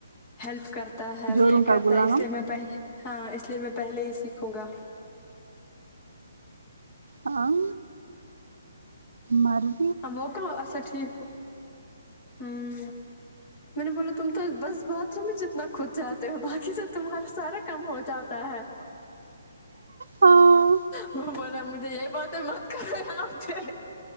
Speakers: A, on the left; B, on the right.
A: ہیلپ کرتا ہے
B: جوروں
A: یے
B: کا
A: کرتا
B: غلام
A: ہے اس لیے میں پہلے ہاں اس لیے میں پہلے ہی سیکھوں گا
B: ہاں ماری
A: اب وہ کہا اچھا ٹھیک ہو آمم میں نے بولا تم تو بس باتھ روم میں جتنا خود جاتے ہو باقی تو تمہارا سارا کم ہو جاتا ہے
B: ہاں
A: وہ بولا مجھے یہی باتی مت کر آتے